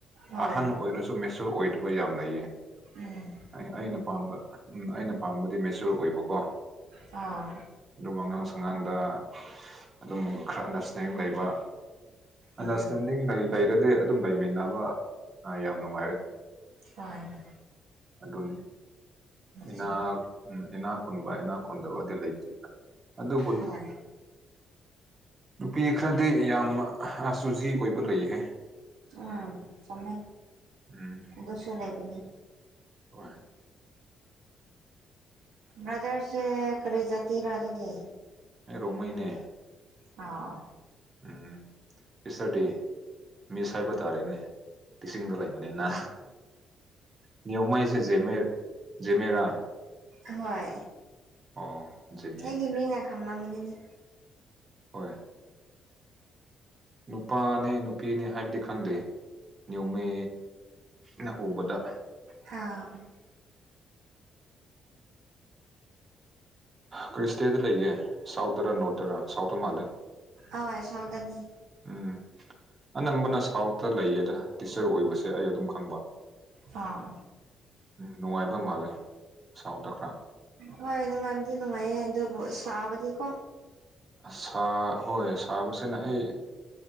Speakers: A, on the right (about 80°); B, on the right (about 35°).
A: ꯍꯣꯏ
B: ꯑꯍꯟ ꯑꯣꯏꯔꯁꯨ ꯇꯣ ꯃꯦꯁꯣ ꯑꯣꯏꯗꯕ ꯌꯥꯝ ꯂꯩꯌꯦ
A: ꯑꯦ
B: ꯑꯩ ꯑꯩꯅ ꯄꯥꯝꯕ ꯎꯝ ꯑꯩꯅ ꯄꯥꯝꯕꯗꯤ ꯃꯦꯆꯣꯔ ꯑꯣꯏꯕꯀꯣ
A: ꯑꯥ
B: ꯗꯨꯝ ꯑꯉꯥꯡ ꯁꯥꯉꯥꯡꯗ ꯑꯗꯨꯝ ꯈ꯭ꯔ ꯑꯟꯗꯔꯁꯇꯦꯟꯗꯤꯡ ꯂꯩꯕ ꯑꯟꯗꯔꯁꯇꯦꯟꯗꯤꯡ
A: ꯎꯝ
B: ꯂꯩ ꯂꯩꯔꯗꯤ ꯑꯗꯨꯝ ꯂꯩꯃꯤꯟꯅꯕ ꯑ ꯌꯥꯝ ꯅꯨꯡꯉꯥꯏꯔꯦ
A: ꯃꯥꯅꯤ
B: ꯑꯗꯨꯅꯤ ꯏꯅꯥꯛ
A: ꯆꯨꯝꯃꯦ
B: ꯎꯝ ꯏꯅꯥꯛꯈꯨꯨꯟꯕ ꯏꯅꯥꯛꯈꯨꯨꯟꯗꯕꯗꯤ ꯂꯩꯇꯦꯗ ꯑꯗꯨꯕꯨ
A: ꯍꯣꯏ
B: ꯅꯨꯄꯤ ꯈ꯭ꯔꯗꯤ ꯌꯥꯝ ꯍ ꯁꯨꯨꯖꯤ ꯑꯣꯏꯕ ꯂꯩꯍꯦ
A: ꯎꯝ ꯆꯨꯝꯃꯦ
B: ꯎꯝ
A: ꯑꯗꯨꯁꯨꯨ ꯂꯩꯕꯅꯤ
B: ꯍꯣꯏ
A: ꯕ꯭ꯔꯗꯔꯆꯦ ꯀꯔꯤ ꯖꯥꯇꯤꯔ ꯑꯗꯨꯗꯤ
B: ꯑꯩ ꯔꯣꯡꯃꯩꯅꯦ
A: ꯑꯥꯎ
B: ꯎꯝ ꯁꯤꯁꯇꯔꯗꯤ ꯃꯤꯁ ꯍꯥꯏꯕ ꯇꯥꯔꯦꯅꯦ ꯇꯤꯆꯤꯡꯗ ꯂꯩꯕꯅꯤꯅ ꯅꯤꯌꯣꯃꯩꯁꯦ ꯖꯦꯃꯦ ꯖꯦꯃꯦꯔꯥ
A: ꯑꯍꯣꯏ
B: ꯑꯣ ꯖꯦꯃꯦ
A: ꯑꯩꯒꯤ ꯃꯤꯅ ꯈꯝꯂꯝꯒꯅꯤꯅꯦ
B: ꯍꯣꯏ ꯅꯨꯄꯥꯅꯦ ꯅꯨꯄꯤꯅꯦ ꯍꯥꯏꯕꯗꯤ ꯈꯪꯗꯦ ꯅ꯭ꯌꯣꯃꯦ ꯅ ꯎꯕꯗ
A: ꯍꯥꯝ
B: ꯀꯔꯤ ꯏꯁꯇꯦꯠꯗ ꯂꯩꯒꯦ ꯁꯥꯎꯠꯇꯔ ꯅꯣꯔꯠꯇꯔ ꯁꯥꯎꯠꯇ ꯃꯥꯜꯂꯦ
A: ꯑꯥ ꯁꯥꯎꯗꯅꯤ
B: ꯎꯝ ꯑꯅꯝꯕꯅ ꯁꯥꯎꯠꯇ ꯂꯩꯌꯦꯗ ꯇꯤꯆꯔ ꯑꯣꯏꯕꯁꯦ ꯑꯩ ꯑꯗꯨꯝ ꯈꯪꯕ
A: ꯑꯥ
B: ꯎꯝ ꯅꯨꯡꯉꯥꯏꯕ ꯃꯥꯜꯂꯦ ꯁꯥꯎꯠꯇ ꯈ꯭ꯔ
A: ꯍꯣꯏ ꯅꯨꯡꯉꯥꯏꯕꯗꯤ ꯅꯨꯡꯉꯥꯏꯌꯦ ꯑꯗꯨꯕꯨ ꯁꯥꯕꯗꯤꯀꯣ
B: ꯑ ꯁꯥꯥ ꯍꯣꯏ ꯁꯥꯕꯁꯤꯅ ꯑꯩ